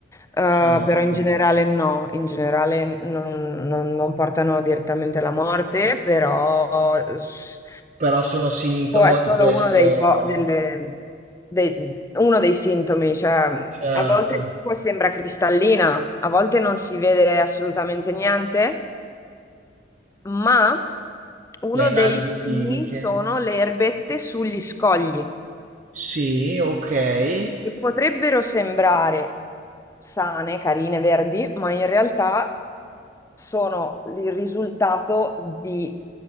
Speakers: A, on the left; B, on the right.
A: eh,
B: certo.
A: però in generale no, in generale non, non- non portano direttamente alla morte, però eh, s-
B: Però sono sintomo
A: può- è
B: di
A: solo
B: questo...
A: uno dei, po- delle- dei- uno dei sintomi, cioè
B: Certo,
A: a volte l'acqua sembra cristallina, a volte non si vede assolutamente niente ma uno
B: le analisi
A: dei segni
B: chimiche.
A: sono le erbette sugli scogli,
B: Sì, ok.
A: che potrebbero sembrare sane, carine, verdi, ma in realtà sono il risultato di